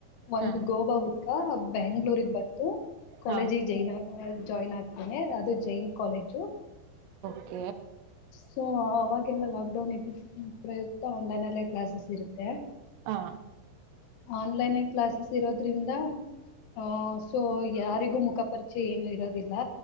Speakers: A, on the left (about 70°); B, on the right (about 80°).
A: ಒಂದು
B: ಹಾ
A: ಗೋವಾ ಈಗ ಬೆಂಗ್ಗಳೂಗ್ ಬಂದು ಕಾಲೇಜ್ಗೆ
B: ಹಾ
A: ಜೈನ ಜಾಯಿನ್ ಆಗ್ತೇನೆ ಅದು ಜೈನ್ ಕಾಲೇಜು
B: ಓಕ
A: ಸೊ ಅವಾಗೆಲ್ಲ ಲ ನಿ ಪ್ರಯುಕ್ತ ಮನೇಲಿ ಕ್ಲಾಸಸ್ ಇತ್ತೆ
B: ಹಾ
A: ಆನ್ಲೈನ್ ಕ್ಲಾಸಿಸ್ ಇರೋದ್ರಿಂದ ಆ ಸೊ ಯಾರಿಗೂ ಮುಖ ಪರಿಚಯ ಏನು ಇರೋದು ಿಲ್ಲ